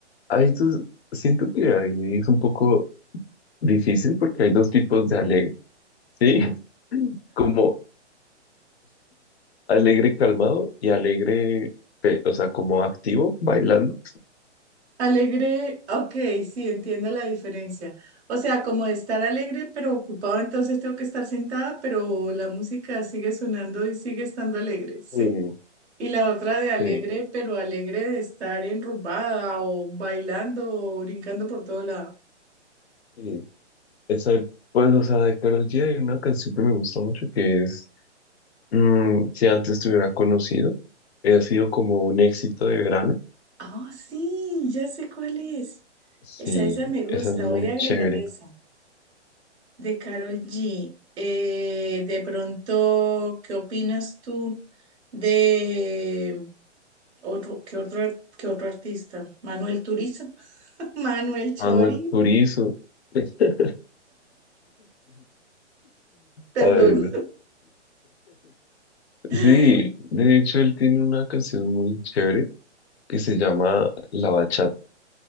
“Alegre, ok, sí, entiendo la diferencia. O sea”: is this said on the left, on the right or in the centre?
Right